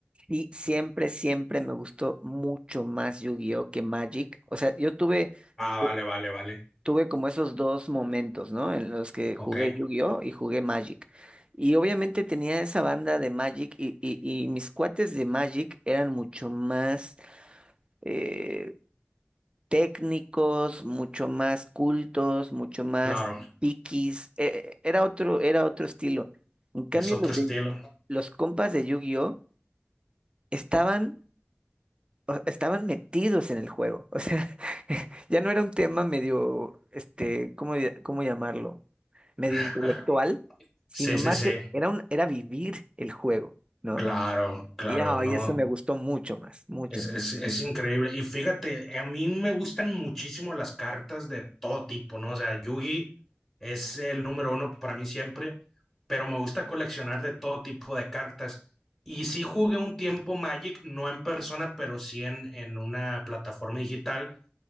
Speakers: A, on the right; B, in the centre.
A: sí, siempre, siempre me gustó mucho más Yu-Gi-Oh que Magic. O sea, yo tuve,
B: Ah, vale,
A: eh,
B: vale, vale.
A: tuve como esos dos momentos, ¿no? En los que jugué
B: Ok,
A: Yu-Gi-Oh y jugué Magic. Y obviamente tenía esa banda de Magic y, y, y mis cuates de Magic eran mucho más eh, técnicos, mucho más cultos, mucho más
B: claro.
A: piquis. eh, era otro, era otro estilo. En cambio,
B: Es otro
A: los
B: estilo.
A: de los compas de Yu-Gi-Oh! estaban, o- estaban metidos en el juego. O sea, <laughs> ya no era un tema medio, este, ¿cómo, ll- cómo llamarlo? Medio
B: <laughs>
A: intelectual, sino
B: Sí, sí,
A: más
B: sí.
A: e- era un, era vivir el juego, ¿no?
B: Claro, claro,
A: Y, ah,
B: no.
A: y eso me gustó mucho más, mucho.
B: Es, es, es increíble. Y fíjate, a mí me gustan muchísimo las cartas de todo tipo, ¿no? O sea, Yugi es el número uno para mí siempre, pero me gusta coleccionar de todo tipo de cartas. Y sí jugué un tiempo Magic, no en persona, pero sí en, en una plataforma digital.